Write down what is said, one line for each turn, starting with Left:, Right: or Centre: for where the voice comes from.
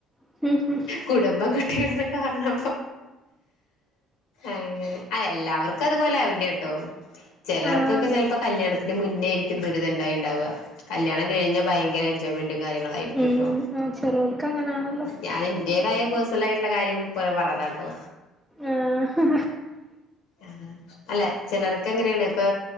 Centre: <unintelligible>
Left: കുടുംമ്പം കുട്ടികൾ എന്നക്കെ പറഞ്ഞോ അങ്ങനെ അ എല്ലാവർക്കും അതുപോലെ ആവില്ലാട്ടൊ ചെലർക്കൊക്കെ
Centre: ആഹ്
Left: ചെലപ്പൊ കല്യാണത്തിന്റെ മുന്നേ ആരിക്കും ദുരിതം ഉണ്ടായി ഉണ്ടാവുക കല്യാണം കഴിഞ്ഞ ഭയങ്കര എൻജോയ്മെന്റും കാര്യങ്ങളും ആയിരിക്കൂ
Centre: ഉം
Left: ട്ടൊ
Centre: ആഹ് ചെലോൽക്ക് അങ്ങനാണല്ലോ
Left: ഞാൻ ഏതായ പേഴ്സണൽ ആയിട്ടുള്ള കാര്യം പോലെ പറഞ്ഞതാ ട്ടൊ
Centre: ആഹ്
Left: ആഹ് അല്ല ചിലർക്കങ്ങനേണ് ഇപ്പൊ